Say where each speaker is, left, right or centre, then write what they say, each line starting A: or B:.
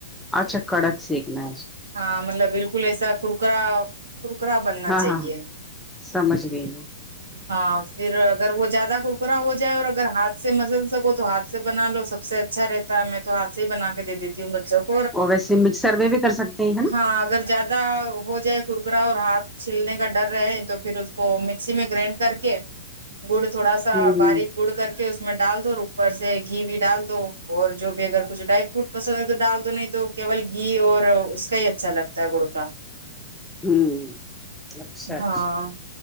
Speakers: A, in the centre; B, on the right.
A: اچھا کڑک سیکھنا ہے اسکو
B: ہاں مطلب بالکل ایسا کرکرا کرکرا بننا
A: کو۔ ہاں
B: چاہیے
A: ہاں ہاں سمجھ گئی میں
B: ہاں پھر اگر وہ زیادہ کرکرا ہو جائے اور اگر ہاتھ سے مسل سکو تو ہاتھ سے بنا لو سب سے اچھا رہتا ہے میں تو ہاتھ سے ہی بنا کے دے دیتی ہوں بچوں کو
A: اور ویسے مکسر میں بھی کر سکتے ہیں نا
B: ہاں اگر زیادہ ہو جائے کرکرا اور ہاتھ چھلنے کا ڈر رہے تو پھر اس کو مکسی میں گرانڈ کر کے گڑ تھوڑا سا
A: ہ ہ
B: باریک اڑ کر کے اس میں ڈال دو اور اوپر سے گھی بھی ڈال دو اور جو بھی اگر کچھ ڈرائی فروٹ پسند ہے تو دال دو نہیں تو کیول گھی اور اس کا ہی اچھا لگتا ہے گڑ کا
A: ھمم اچھا
B: ہاں
A: اچھا